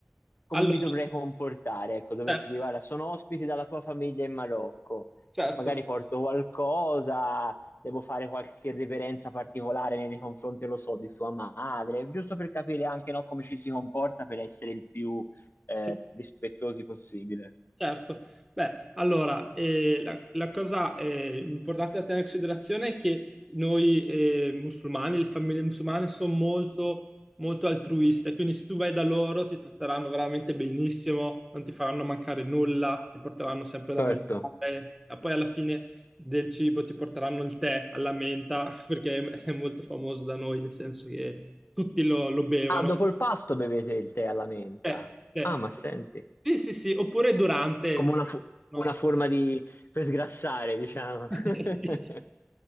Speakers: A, on the left; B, in the centre.
A: come
B: allora,
A: mi dovrei comportare, ecco, dovessi
B: certo,
A: dire, guarda, sono ospiti dalla tua famiglia in Marocco,
B: certo.
A: magari porto qualcosa devo fare qualche reverenza particolare nei confronti, lo so, di sua madre, giusto per capire anche no, come ci si comporta per essere il più eh,
B: Sì,
A: rispettosi possibile.
B: Certo, beh, allora eh, la, la cosa eh, importante da tenere in considerazione è che noi eh, musulmani, le famiglie musulmane, sono molto, molto altruiste, quindi se tu vai da loro ti tratteranno veramente benissimo, non ti faranno mancare nulla, ti porteranno sempre da
A: Certo.
B: mangiare, e poi alla fine del cibo ti porteranno il tè alla menta, <laughs> perché è, è molto famoso da noi, nel senso che tutti lo, lo bevono.
A: Ah, dopo il pasto bevete il tè alla menta.
B: Cioè, cioè,
A: Ah, ma senti,
B: sì, sì, sì, oppure durante,
A: come una, fo-
B: no,
A: una forma di... per sgrassare, diciamo. <laughs>
B: <laughs> Sì.